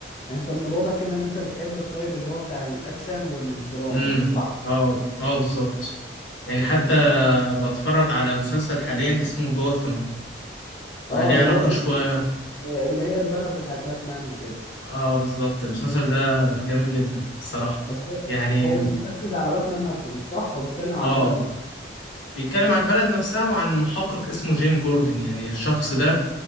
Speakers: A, on the left; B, on the left.
A: انت من الواضح كده ان انت بتحب الطيب اللي هو بتاع الاكشن والدراما
B: امم
A: مش صح
B: اه اه بالظبط يعني حتى
A: مم.
B: بتفرج على مسلسل حاليا اسمه جوثم آه
A: اه
B: ليه
A: اللي
B: علاقة
A: هو بي...
B: شوية
A: اللي هي البلد بتاعت باتمان وكده
B: اه بالظبط المسلسل ده جامد جدا الصراحة
A: بس هو
B: يعني
A: هو مش مركز على باتمان نفسه مش صح هو بيتكلم على
B: اه
A: البلد نفسها
B: بيتكلم عن البلد نفسها وعن محقق اسمه جيم جوردن يعني الشخص ده